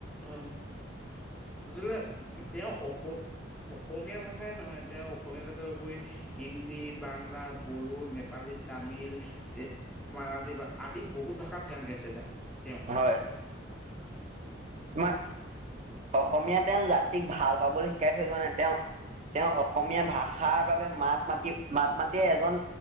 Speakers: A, in the centre; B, on the right.
A: হয় আচলতে তেওঁ অসো অসমীয়া ভাষাই নহয় তেওঁ অসমীয়া ভাষাৰ উপৰি হিন্দী বাংলা বড়ো নেপালী তামিল মাৰাঠী আদি বহুত ভাষাত গান গাইছে তাই তেওঁ
B: হয় তোমাৰ অসমীয়া তেওঁ জাতিক ভাল পাবলৈ শিকাই থৈ যোৱা নাই তেওঁ তেওঁ অসমীয়া ভাষাৰ বাবে মাত মাতি মাত মাতিয়ে এজন